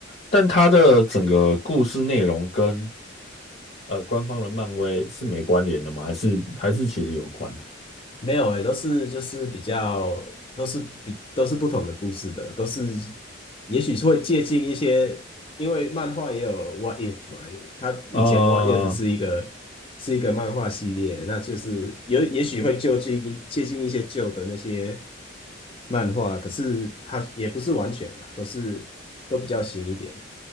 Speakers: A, on the left; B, on the left.
A: 但它的整个故事内容跟呃官方的漫威是没关联的吗？还是还是其实有关？
B: 没有诶，都是就是比较都是比都是不同的故事的，都是也许是会借鉴一些，因为漫画也有 What If 嘛，它以前
A: 啊？
B: What If 是一个是一个漫画系列，那就是有也许会就近一接近一些旧的那些漫画，可是它也不是完全啊，都是都比较新一点。